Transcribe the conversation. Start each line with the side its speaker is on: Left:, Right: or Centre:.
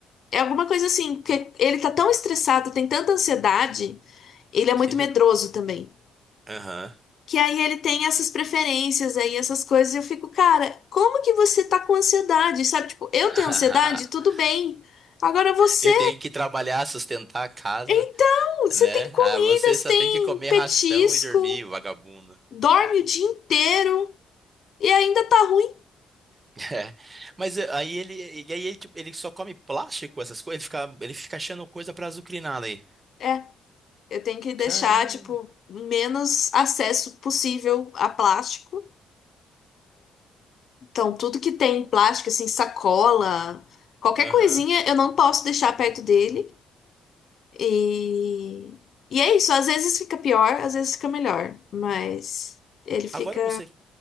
Left: é alguma coisa assim, porque ele tá tão estressado, tem tanta ansiedade, ele é muito
Right: Eu-
Left: medroso também.
Right: Aham.
Left: Que aí ele tem essas preferências aí, essas coisas, e eu fico, cara, como que você tá com ansiedade? Sabe, tipo, eu
Right: <laughs>
Left: tenho ansiedade, tudo bem. Agora você,
Right: Eu tenho que trabalhar, sustentar a casa,
Left: então, você
Right: né?
Left: tem comida,
Right: Ah, você
Left: você
Right: só
Left: tem
Right: tem que comer
Left: petisco,
Right: ração e dormir, vagabundo.
Left: dorme o dia inteiro e ainda tá ruim.
Right: É. Mas eh, aí ele, e aí ele, tipo, ele só come plástico, essas coisas, ele fica, ele fica achando coisa pra azucrinar ali.
Left: É, eu tenho que deixar,
Right: Caramba.
Left: tipo, menos acesso possível a plástico. Então, tudo que tem plástico, assim, sacola, qualquer
Right: Aham.
Left: coisinha, eu não posso deixar perto dele. E, e é isso, às vezes fica pior, às vezes fica melhor, mas ele fica.
Right: Agora você,